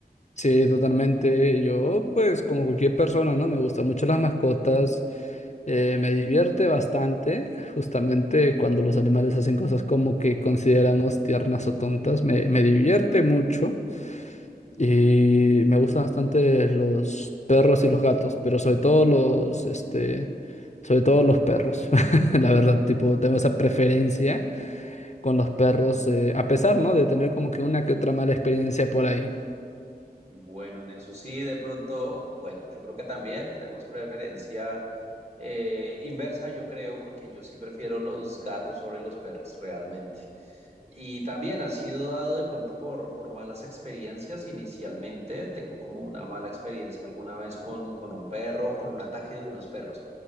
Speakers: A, on the left; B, on the right.
A: Sí, totalmente. Yo, pues, como cualquier persona, ¿no? Me gustan mucho las mascotas. eh, me divierte bastante, justamente cuando los animales hacen cosas como que consideramos tiernas o tontas. Me, me divierte mucho y me gustan bastante los perros y los gatos, pero sobre todo los, este, sobre todo los perros. <laughs> La verdad, tipo, tengo esa preferencia con los perros, eh, a pesar, ¿no? De tener como que una que otra mala experiencia por ahí.
B: Bueno, en eso sí, de pronto, bueno, yo creo que también tenemos preferencia eh, inversa, yo creo, porque yo sí prefiero los gatos sobre los perros, realmente. Y también ha sido dado de pronto por, por malas experiencias inicialmente. Tengo como una mala experiencia alguna vez con, con un perro, con un ataque de unos perros.